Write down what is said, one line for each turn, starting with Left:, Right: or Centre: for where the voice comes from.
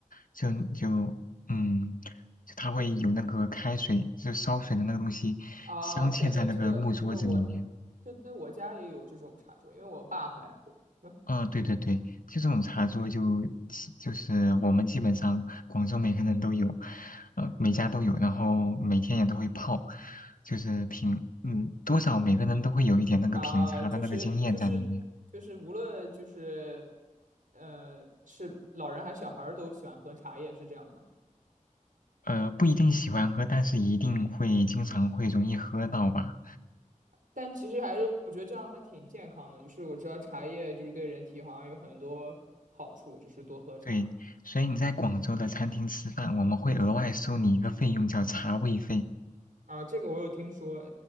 Left: 就就嗯，就它会有那个开水，就烧水的那个东西镶嵌在那个木桌子里面。
Right: 啊，对对，这个这个我，对对，我家也有这种茶桌，因为我爸很爱喝。<laughs>
Left: 啊、对对对，就这种茶桌就就是我们基本上广州每个人都有，呃，每家都有，然后每天也都会泡，就是品，嗯，多少每个人都会有一点那个品茶的那个经验在里面，
Right: 啊，就是就是就是无论就是，呃，是老人还是小孩儿都喜欢喝茶叶，是这样吗？
Left: 呃，不一定喜欢喝，但是一定会经常会容易喝到吧。
Right: 但其实还是我觉得这样还挺健康的，就是我知道茶叶就是对人体好像有很多好处，就是多喝茶
Left: 对，所以你在广州的餐厅吃饭，我们会额外收你一个费用，叫茶位费。
Right: 啊，这个我有听说。